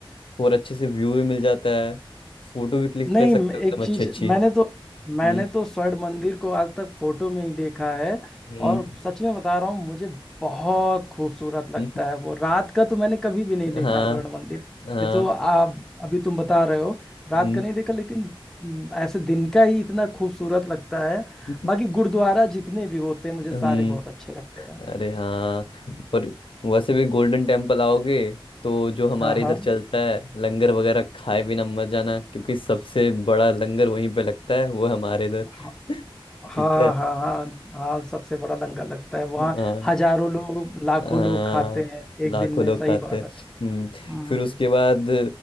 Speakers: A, on the left; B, in the centre.
A: और अच्छे से व्यू भी मिल जाता है फोटो भी क्लिक
B: नहीं
A: कर सकते
B: म- एक
A: हो एकदम अच्छी
B: चीज
A: अच्छी
B: मैंने तो मैंने
A: हम्म
B: तो स्वर्ण मंदिर को आज तक फोटो में ही देखा है
A: हम्म
B: और सच में बता रहा हूँ मुझे बहुत खूबसूरत लगता
A: हम्म,
B: है वो रात का तो मैंने कभी भी नहीं
A: <laughs>
B: देखा
A: हाँ
B: स्वर्ण मंदिर
A: हाँ
B: ये तो आप अभी तुम बता रहे हो रात
A: हम्म
B: का नहीं देखा लेकिन हम्म, ऐसे दिन का ही इतना खूबसूरत लगता है
A: <laughs>
B: बाकी गुरुद्वारा जितने भी होते हैं मुझे
A: हम्म
B: सारे बहुत अच्छे लगते हैं
A: अरे हाँ और वैसे भी गोल्डन टेम्पल आओगे तो जो हमारे
B: हाँ
A: इधर चलता है लंगर वगैरह खाए बिना मत जाना क्योंकि सबसे बड़ा लंगर वहीं पे लगता है वो हमारे इधर
B: हाँ
A: <laughs>
B: हाँ
A: ठीक है।
B: हाँ हाँ हाँ सबसे बड़ा लंगर लगता है वहाँ
A: हाँ
B: हजारों लोग लाखों
A: हाँ,
B: लोग खाते हैं
A: लाखों
B: एक दिन में
A: लोग
B: सही
A: खाते
B: बात
A: हैं
B: है
A: हम्म,
B: हाँ
A: फिर उसके बाद